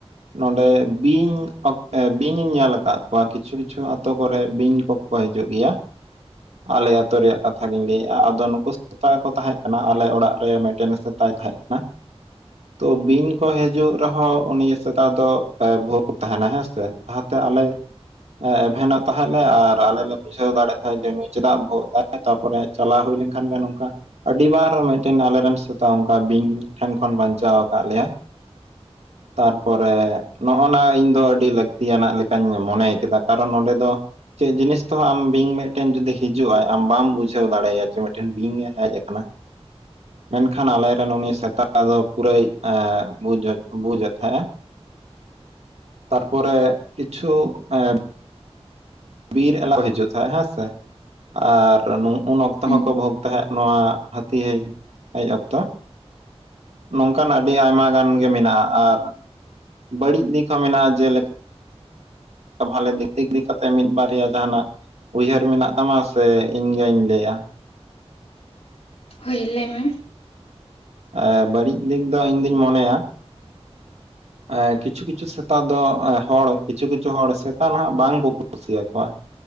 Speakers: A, on the right; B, on the left.
A: ᱱᱚᱰᱮ ᱵᱤᱧ ᱚᱠ ᱮᱸ ᱵᱤᱧᱤᱧ ᱧᱮᱞ ᱟᱠᱟᱫ ᱠᱚᱣᱟ ᱠᱤᱪᱷᱩ ᱠᱤᱪᱷᱩ ᱟᱛᱳ ᱠᱚᱨᱮ ᱵᱤᱧ ᱠᱚᱠᱚ ᱦᱤᱡᱩᱜ ᱜᱮᱭᱟ ᱟᱞᱮ ᱟᱹᱛᱩ ᱨᱮᱭᱟᱜ ᱠᱟᱛᱷᱟ ᱜᱤᱧ ᱞᱟᱹᱭᱮᱫᱼᱟ ᱟᱫᱚ ᱱᱩᱠᱩ ᱥᱮᱛᱟ ᱠᱚ ᱛᱟᱦᱮᱸ ᱠᱟᱱᱟ ᱟᱞᱮ ᱚᱲᱟᱜ ᱨᱮ ᱢᱤᱫᱴᱮᱱ ᱥᱮᱛᱟᱭ ᱛᱟᱦᱮᱸ ᱠᱟᱱᱟ ᱛᱚ ᱵᱤᱧ ᱠᱚ ᱦᱤᱡᱩᱜ ᱨᱮᱦᱚᱸ ᱩᱱᱤ ᱥᱮᱛᱟ ᱫᱚ ᱵᱷᱩᱜ ᱛᱟᱦᱮᱱᱟ ᱦᱮᱸᱥᱮ ᱡᱟᱦᱟᱸᱛᱮ ᱟᱞᱮ ᱦᱮᱸᱼ ᱮᱵᱷᱮᱱᱚᱜ ᱛᱟᱦᱮᱸᱞᱮ ᱟᱨ ᱟᱞᱮ ᱞᱮ ᱵᱩᱡᱷᱟᱹᱣ ᱫᱟᱲᱮᱭᱟᱜ ᱛᱟᱦᱮᱸᱫ ᱡᱮ ᱱᱩᱭ ᱪᱮᱫᱟᱜ ᱵᱷᱩᱜᱼᱟ ᱮᱫᱟᱭ ᱛᱟᱯᱚᱨᱮ ᱪᱟᱞᱟᱣ ᱦᱩᱭ ᱞᱮᱱᱠᱷᱟᱱ ᱜᱮ ᱱᱚᱝᱠᱟ ᱟᱹᱰᱤᱵᱟᱨ ᱢᱤᱫ ᱴᱮᱱ ᱟᱞᱮᱨᱮᱱ ᱥᱮᱛᱟ ᱚᱱᱠᱟ ᱵᱤᱧ ᱴᱷᱮᱱ ᱠᱷᱚᱱ ᱵᱟᱧᱪᱟᱣ ᱠᱟᱜ ᱞᱮᱼᱭᱟᱭ ᱛᱟᱨᱯᱚᱨᱮ ᱱᱚᱜ ᱱᱚᱣᱟ ᱤᱧ ᱫᱚ ᱟᱹᱰᱤ ᱞᱟᱹᱠᱛᱤᱭᱟᱱᱟᱜ ᱞᱮᱠᱟᱧ ᱢᱚᱱᱮ ᱠᱮᱫᱟ ᱠᱟᱨᱚᱱ ᱱᱚᱰᱮ ᱫᱚ, ᱪᱮᱫ ᱡᱤᱱᱤᱥ ᱛᱮᱦᱚᱸ ᱟᱢ ᱵᱤᱧ ᱢᱤᱫᱴᱮᱱ ᱡᱩᱫᱤ ᱦᱤᱡᱩᱜᱼᱟᱭ ᱟᱢ ᱵᱟᱢ ᱵᱩᱡᱷᱟᱹᱣ ᱫᱟᱲᱮᱭᱟᱭᱟ ᱡᱮ ᱢᱤᱫᱴᱮᱱ ᱵᱤᱧ ᱮ ᱦᱮᱡ ᱟᱠᱟᱱᱟ ᱢᱮᱱ ᱠᱷᱟᱱ ᱟᱞᱮᱨᱮᱱ ᱩᱱᱤ ᱥᱮᱛᱟᱜ ᱛᱟᱫᱚ ᱯᱩᱨᱟᱹᱭ ᱮᱸᱼ ᱵᱩᱡᱮᱫ, ᱵᱩᱡᱮᱫ ᱛᱟᱦᱮᱸᱼ ᱛᱟᱨ ᱯᱚᱨᱮ ᱠᱤᱪᱷᱩ ᱮᱸ ᱵᱤᱨ ᱮᱞᱟᱣᱼᱟ ᱠᱚ ᱦᱤᱡᱩᱜ ᱛᱟᱦᱮᱸᱜ ᱦᱮᱸ ᱥᱮ ᱟᱨ ᱱᱩ ᱩᱱ ᱚᱠᱛᱚ
B: ᱦᱩᱸ
A: ᱦᱚᱸ ᱠᱚ ᱵᱷᱳᱜᱽ ᱛᱟᱦᱮᱸᱫ ᱱᱚᱣᱟ ᱦᱟᱹᱛᱤ ᱦᱮᱡ ᱦᱮᱡ ᱚᱠᱛᱚ, ᱱᱚᱝᱠᱟᱱ ᱟᱹᱰᱤ ᱟᱭᱢᱟ ᱜᱟᱱ ᱠᱷᱚᱱ ᱢᱮᱱᱟᱜᱼᱟ ᱟᱨ ᱵᱟᱹᱲᱤᱡ ᱫᱤᱠ ᱦᱚᱸ ᱢᱮᱱᱟᱜᱼᱟ ᱡᱮᱼᱞᱮᱠ <unintelligible> ᱛᱮ ᱢᱤᱫ ᱵᱟᱨᱭᱟ ᱡᱟᱦᱟᱱᱟᱜ ᱩᱭᱦᱟᱹᱨ ᱢᱮᱱᱟᱜ ᱛᱟᱢᱟ ᱥᱮ ᱤᱧᱜᱤᱧ ᱞᱟᱹᱭᱟ
B: ᱦᱳᱭ ᱞᱟᱹᱭ ᱢᱮ
A: ᱮ ᱵᱟᱹᱲᱤᱡ ᱫᱤᱠ ᱫᱚ ᱤᱧ ᱫᱚᱧ ᱢᱚᱱᱮᱭᱟ ᱮᱸ ᱠᱤᱪᱷᱩ ᱠᱤᱪᱷᱩ ᱥᱮᱛᱟ ᱫᱚ ᱮᱸᱦ ᱦᱚᱲ ᱠᱤᱪᱷᱩ, ᱠᱤᱪᱷᱩ ᱦᱚᱲ ᱥᱮᱛᱟ ᱱᱟᱦᱟᱜ ᱵᱟᱝ ᱠᱚ ᱠᱩᱥᱤᱭᱟᱠᱚᱣᱟ